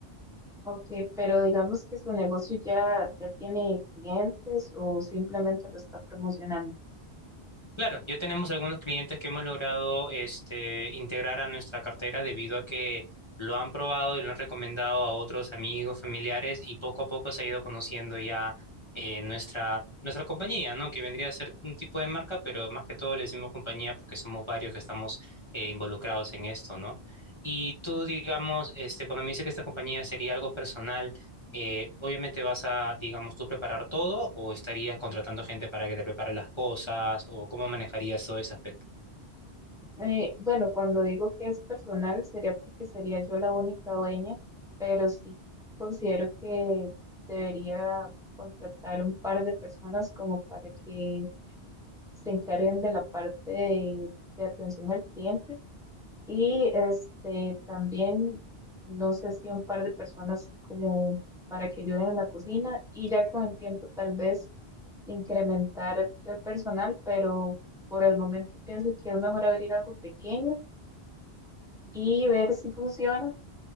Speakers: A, in the centre; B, on the left (about 25°).
A: ok, pero digamos que su negocio ya, ya tiene clientes o simplemente lo está promocionando.
B: Claro, ya tenemos algunos clientes que hemos logrado este, integrar a nuestra cartera debido a que lo han probado y lo han recomendado a otros amigos, familiares y poco a poco se ha ido conociendo ya eh, nuestra, nuestra compañía, ¿no? Que vendría a ser un tipo de marca, pero más que todo le decimos compañía porque somos varios que estamos eh, involucrados en esto, ¿no? Y tú, digamos, este, cuando me dices que esta compañía sería algo personal, eh, obviamente vas a, digamos, tú preparar todo o estarías contratando gente para que te prepare las cosas o cómo manejarías todo ese aspecto.
A: Eh, bueno, cuando digo que es personal, sería porque sería yo la única dueña, pero sí considero que debería contratar un par de personas como para que se encarguen de la parte de de atención al cliente Y este también, no sé si un par de personas como para que ayuden en la cocina y ya con el tiempo tal vez incrementar el personal, pero por el momento pienso que es mejor abrir algo pequeño y ver si funciona,